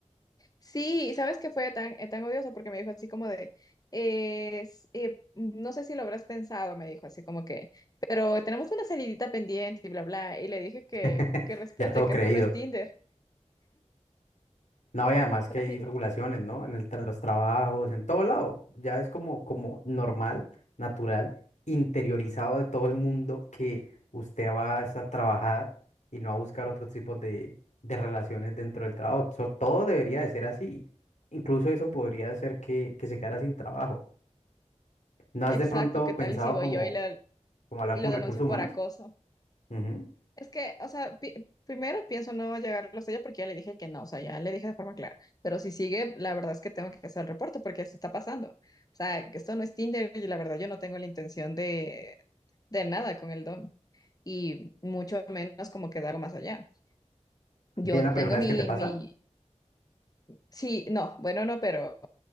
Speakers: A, on the left; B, on the left.
A: Sí, y ¿sabes que fue tan, eh, tan odioso? Porque me dijo así como de, eh, s- eh, no sé si lo habrás pensado, me dijo así como que, pero tenemos una salidita pendiente y bla, bla, y le dije que,
B: <laughs>
A: que respete,
B: Ya todo
A: que
B: creído.
A: esto no es Tinder.
B: No, y además que
A: Así,
B: hay regulaciones, ¿no? En el, tra- los trabajos, en todo lado. Ya es como, como normal, natural, interiorizado de todo el mundo que usted va es a trabajar y no a buscar otros tipos de, de relaciones dentro del trabajo. So, todo debería de ser así. Incluso eso podría hacer que, que se quedara sin trabajo. ¿No has
A: exacto,
B: de pronto
A: ¿qué tal?
B: pensado
A: Y si voy
B: como,
A: yo y, le-
B: como hablar
A: y
B: con
A: lo
B: recursos
A: denuncio
B: humanos?
A: por acoso.
B: Ujú.
A: Es que, o sea, pi- primero pienso no llegarlo a ella porque ya le dije que no, o sea, ya le dije de forma clara. Pero si sigue, la verdad es que tengo que hacer el reporte porque esto está pasando. O sea, que esto no es Tinder y la verdad yo no tengo la intención de, de nada con el don y mucho menos como quedar más allá. Yo
B: ¿Ve la
A: tengo
B: primera vez
A: mi,
B: que te pasa?
A: mi, sí, no, bueno, no, pero